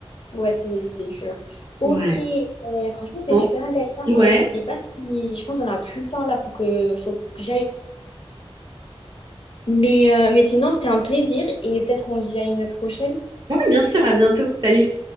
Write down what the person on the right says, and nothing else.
Ouais.
Bon,
ouais.
Ouais, bien sûr, à bientôt. Salut.